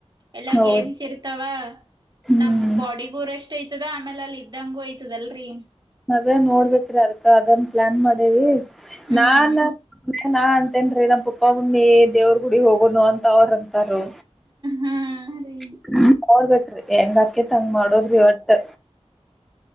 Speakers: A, on the right; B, in the centre.
A: ಎಲ್ಲಾ
B: ಹೌದ್
A: ಗೇಮ್ಸ್ ಇರ್ತಾವ
B: ಹ್ಮ್
A: ನಮ ಬಾಡಿಗು ರೆಸ್ಟ್ ಐತದ ಆಮೇಲೆ ಅಲ್ಲಿ ಇದ <unintelligible> ಗುೋಯ್ತದಲ್ರರಿ
B: ಅದೇ ನೋಡ್ಬೇಕ್ರ ಅರ್ತ ಅದನ್ ಪ್ಲಾನ್ ಮಾಡೇವಿ
A: ಹ್ಮ್
B: ನಾನ್ ನಾ ಅಂತೇನ್ೀ ನಮ್ಮ ಪುಪ್ಪ ಮಮ್ಮಿ ದೇವ್ರ ಗುಡಿ ಹೋಗೋನು ಅಂತ ಅವ್ರಂತ ರ
A: ಹಾ ರೀ
B: <unintelligible> ಹೆಂಗಕಿತಂಗ್ ಮಾಡೋದ್ರಿ ಒಟ್ಟು.